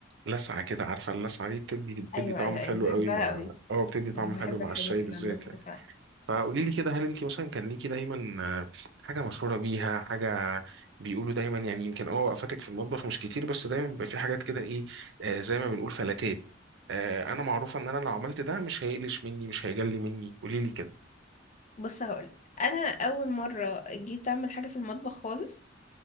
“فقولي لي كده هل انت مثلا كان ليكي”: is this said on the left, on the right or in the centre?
Right